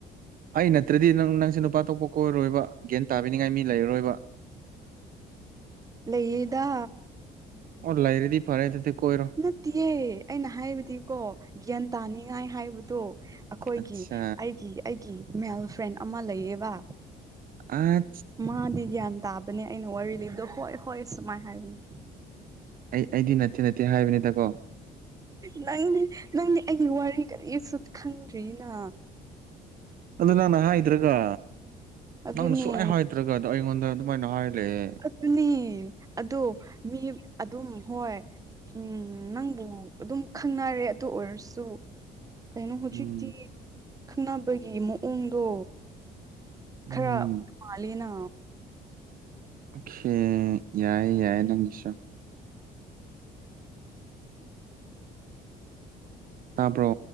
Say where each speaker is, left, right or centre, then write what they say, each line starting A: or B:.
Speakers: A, on the right; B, on the right.
A: ꯑꯩ ꯅꯠꯇ꯭ꯔꯗꯤ ꯅꯪ ꯅꯪꯁꯦ ꯅꯨꯄꯥ ꯊꯣꯛꯄ ꯀꯣꯏꯔꯣꯏꯕ ꯒ꯭ꯌꯥꯟ ꯇꯥꯕꯤꯅꯤꯡꯉꯥꯏ ꯃꯤ ꯂꯩꯔꯔꯣꯏꯕ
B: ꯂꯩꯗ
A: ꯑꯣ ꯂꯩꯔꯦꯗꯤ ꯐꯔꯦ ꯑꯗꯨꯗꯤ ꯀꯣꯏꯔꯣ
B: ꯅꯠꯇꯦ ꯑꯩꯅ ꯍꯥꯏꯕꯗꯤꯀꯣ ꯒ꯭ꯌꯥꯟ ꯇꯥꯅꯤꯡꯉꯥꯏ ꯍꯥꯏꯕꯗꯣ ꯑꯩꯈꯣꯏꯒꯤ
A: ꯑꯠꯆꯥ
B: ꯑꯩꯒꯤ ꯑꯩꯒꯤ ꯃꯦꯜ ꯐ꯭ꯔꯦꯟ ꯑꯃ ꯂꯩꯌꯦꯕ
A: ꯑ
B: ꯃꯥꯗꯤ ꯒ꯭ꯌꯥꯟ ꯇꯥꯕꯅꯦ ꯑꯩꯅ ꯋꯥꯔꯤ ꯂꯤꯕꯗꯣ ꯍꯣꯏ ꯍꯣꯏ ꯁꯨꯃꯥꯏ ꯍꯥꯏꯕꯅꯤ
A: ꯑꯩ ꯑꯩꯗꯤ ꯅꯠꯇꯦ ꯅꯠꯇꯦ ꯍꯥꯏꯕꯅꯤꯗ ꯀꯣ
B: ꯅꯪꯅꯦ ꯅꯪꯅꯦ ꯑꯩꯒꯤ ꯋꯥꯔꯤ ꯀꯔꯤꯁꯨ ꯈꯪꯗ꯭ꯔꯤꯅ
A: ꯑꯗꯨ ꯅꯪꯅ ꯍꯥꯏꯗ꯭ꯔꯒ
B: ꯑꯗꯨꯅꯦ
A: ꯅꯪꯅ ꯁꯨꯡꯂꯥꯏ ꯍꯥꯏꯗ꯭ꯔꯒ ꯑꯗ ꯑꯩꯉꯣꯟꯗ ꯑꯗꯨꯃꯥꯏꯅ ꯍꯥꯏꯔꯛꯑꯦ
B: ꯑꯗꯨꯅꯤ ꯑꯗꯨ ꯃꯤ ꯑꯗꯨꯝ ꯍꯣꯏ ꯎꯝ ꯅꯪꯕꯨ ꯑꯗꯨꯝ ꯈꯪꯅꯔꯦ ꯑꯗꯨ ꯑꯣꯏꯔꯁꯨ ꯀꯩꯅꯣ ꯍꯧꯖꯤꯛꯇꯤ
A: ꯎꯝ
B: ꯈꯪꯅꯕꯒꯤ ꯃꯑꯣꯡꯗꯣ ꯈꯔ
A: ꯎꯝ
B: ꯃꯥꯂꯤꯅ
A: ꯑꯣꯀꯦ ꯌꯥꯏꯌꯦ ꯌꯥꯏꯌꯦ ꯅꯪꯒꯤꯁꯨ ꯇꯥꯕ꯭ꯔꯣ